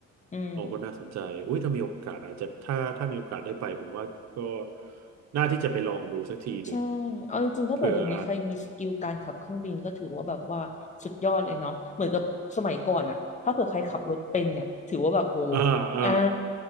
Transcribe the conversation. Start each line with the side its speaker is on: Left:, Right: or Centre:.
Left: อืม
Right: โอ้ก็น่าสนใจอุ้ยถ้ามีโอกาสอาจจะถ้าถ้ามีโอกาสได้ไปผมว่าก็น่าที่จะไปลองดูสักทีหนึ่ง
Left: ใช่เอาจริงๆถ้าเปิดเดี๋ยวนี้ใครมีสกิลการขับเครื่องบินก็ถือว่าแบบว่าสุดยอดเลยเนาะเหมือนกับสมัยก่อนอะถ้าเปิดใครขับรถเป็นเนี่ยถือว่าแบบโห
Right: เผื่ออาจอ่าอ่า
Left: อ่า